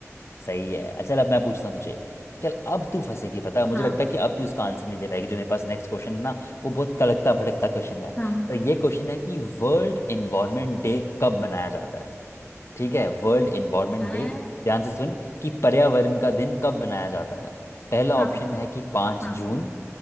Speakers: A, on the left (about 55°); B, on the left (about 20°).
A: सही है अच्छा चल, अब मैं पूछता हूँ तुझे चल अब तू फंसेगी पता है मुझे
B: हाँ
A: लगता है कि अब तू इसका आंसर नहीं दे पाएगी जो मेरे पास नेक्स्ट क्वेश्चन है ना वो बहुत तड़कता भड़कता क्वेश्चन है
B: हाँ
A: तो ये क्वेश्चन है कि वर्ल्ड एनवायरनमेंट डे कब मनाया जाता है ठीक है वर्ल्ड एनवायरनमेंट
B: हाँ
A: डे ध्यान से सुन कि पर्यावरण का दिन कब मनाया जाता है पहला
B: हाँ
A: ऑप्शन है कि पाँच
B: हाँ,
A: जून